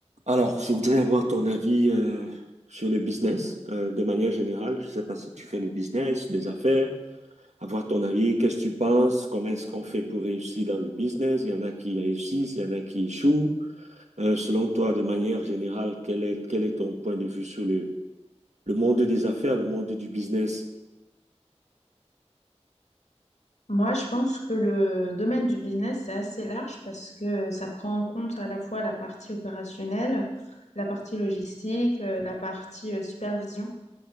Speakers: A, on the right; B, on the left.
A: Alors, je voudrais avoir ton avis euh, sur le business euh, de manière générale. Je ne sais pas si tu fais le business, les affaires. Avoir ton avis, qu'est-ce que tu penses? Comment est-ce qu'on fait pour réussir dans le business? Il y en a qui réussissent, il y en a qui échouent. Euh, selon toi, de manière générale, quel est, quel est ton point de vue sur le, le monde des affaires, le monde du business?
B: Moi, je pense que le domaine du business, c'est assez large parce que ça prend en compte à la fois la partie opérationnelle, la partie logistique, euh, la partie euh, supervision.